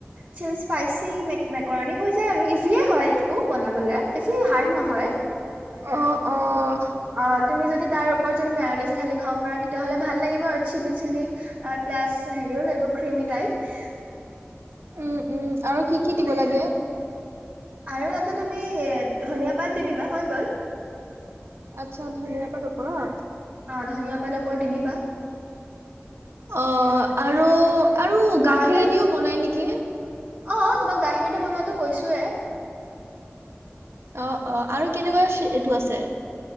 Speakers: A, on the right; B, on the right.
A: চিলিছপাই মে মেকৰণী হৈ যায় আৰু ইজিয়ে হয় এইটো। বনাবলে বেছি হাৰ্ড নহয়।
B: অ', অ',
A: অ তুমি যদি তাৰ ওপৰত যদি মেৰানিজ ঢালি খাব পাৰা তেতিয়াহ'লে ভাল লাগিব আৰু চিলি চিলি প্লাছ হেৰিও লাগিব ক্ৰিমি টাইপ।
B: উম উম আৰু কি কি দিব লাগে।
A: আৰু তাতে তুমি ধনিয়া পাত দি দিবা হৈ গল।
B: আচ্ছা ধনিয়াপাত ওপৰত
A: অ ধনিয়া পাত ওপৰত দি দিবা।
B: অ আৰু আৰু
A: নৰ্মেল
B: গাখীৰেদিও বনাই নেকি?
A: অ তোমাক গাখীৰটো বনোৱাটো কৈছোয়ে।
B: অ অ আৰু কেনেকুৱা এইটো আছে।